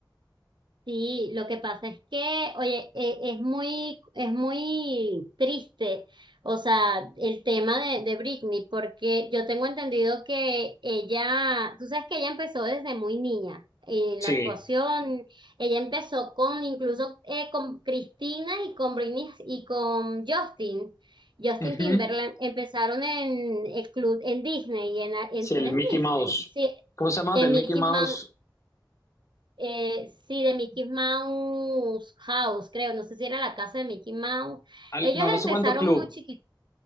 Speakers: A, on the right (about 70°); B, on the left (about 40°).
A: Sí, lo que pasa es que, oye, e- es muy, es muy triste, o sea, el tema de, de Britney, porque yo tengo entendido que ella, tú sabes que ella empezó desde muy niña en
B: Sí.
A: la actuación, ella empezó con, incluso eh, con Cristina y con Britney y con Justin, Justin
B: Ujú.
A: Timberland, empezaron en el club, en Disney, en, en-
B: Sí,
A: era
B: el
A: en
B: Mickey
A: Disney,
B: Mouse.
A: sí,
B: ¿Cómo se llama?
A: en
B: The Mickey
A: Mickey
B: Mouse.
A: Mouse, eh, sí, de Mickey Mouse House, creo, no sé si era la casa de Mickey Mouse.
B: al-
A: Ellos
B: no, no
A: empezaron
B: sé cuánto club.
A: muy chiquitos,